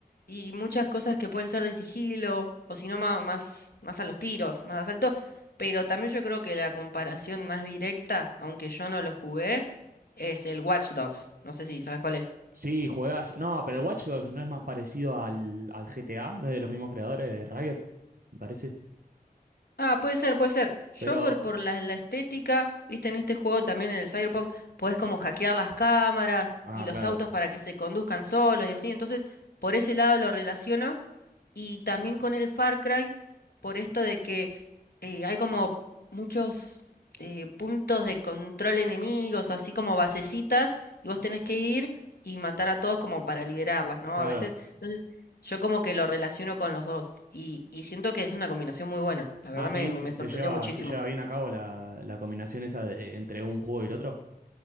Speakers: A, on the left; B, on the right.
A: y muchas cosas que pueden ser de sigilo o si no ma- más, más, a los tiros, más asalto. Pero también yo creo que la comparación más directa, aunque yo no lo jugué, es el Watch Dogs. No sé si sabes cuál es.
B: Sí, juegas. No, pero el Watch Dogs no es más parecido al, al GTA, no es de los mismos creadores de Riot, me parece.
A: Ah, puede ser, puede ser. Yo
B: Pero.
A: por, por la, la estética, viste, en este juego también en el Cyberpunk, podés como hackear las cámaras
B: Ah,
A: y los
B: claro,
A: autos para que se conduzcan solos y así. Entonces, por ese lado lo relaciono. Y también con el Far Cry, por esto de que eh, hay como muchos eh, puntos de control enemigos, así como basecitas, y vos tenés que ir y matar a todos como para liberarlas, ¿no?
B: claro.
A: A veces. Entonces, yo como que lo relaciono con los dos y, y siento que es una combinación muy buena. La verdad
B: Ah, sí,
A: me, me-
B: se,
A: me
B: se
A: sorprendió
B: lleva,
A: muchísimo.
B: se lleva bien a cabo la, la combinación esa de- entre un juego y el otro.